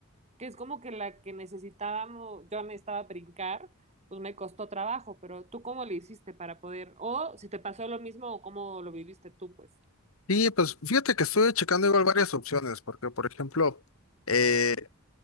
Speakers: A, on the right; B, on the left.
A: que es como que la que necesitábamos, yo necesitaba brincar, pues me costó trabajo, pero ¿tú cómo le hiciste para poder, o si te pasó lo mismo o cómo lo viviste tú, pues?
B: Sí, pues fíjate que estuve checando igual varias opciones, porque por ejemplo, eh,